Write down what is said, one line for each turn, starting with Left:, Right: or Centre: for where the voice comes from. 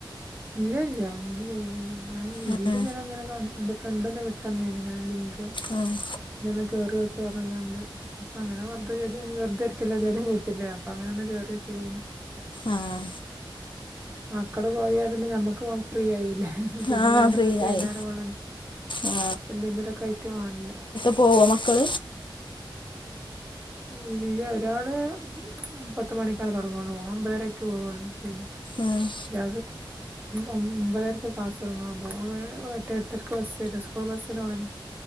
Right: ഇല്ല ഇല്ല ഒന്നും ചെയ്യുന്നില്ല ഞാൻ ഇ
Left: ആ
Right: തിയിൽ ഇങ്ങനെ ഇങ്ങനെ എ ഫ്രണ്ട് ഒന്നു വിട്ട് തന്നെനി ഇങ്ങനെ ലിങ്ക്
Left: ആഹ്
Right: ഇജ് ഒന്ന് കേറിനോക്ന്ന് പറഞ്ഞ് കാണ്ട് അപ്പൊ അങ്ങനെ വെറുതെ വെറുതരിക്കില്ലേ വീട്ടിൽ അപ്പോ അങ്ങനെ ഒന്ന് കേറിനോകിയത് എനി.
Left: ആഹ്
Right: മക്കള് പോയാ പിന്നെ ഞമ്മക്ക് ഫ്രീ ആയില്ലേ പിന്നെ
Left: ആ
Right: നേരം
Left: ഫ്രീ
Right: വെളുത്ത് വൈുന്നേരം
Left: ആയി
Right: ആവോളം
Left: ആ
Right: എന്തെങ്കിലുമൊക്കെ ആയിട്ട് വാണ്ടേ.
Left: പ്പോവോ മക്കൾ
Right: ഇല്ല ഒരാള് പത്ത് മണിക്കാണ് തുടങ്ങള്ളു ഓൻ ഒൻപതര ആയിട്ട് പോവൊള്ളൂ പിന്നെ
Left: ആഹ്
Right: ഇ ഒമ്പതരക്ക് ക്ലാസ് തൊടങ്ങ അപ്പോ ഓൾ എട്ട് എട്ടരക്ക് ബസ് വരും അപ്പോ ബസിന് പോവാന്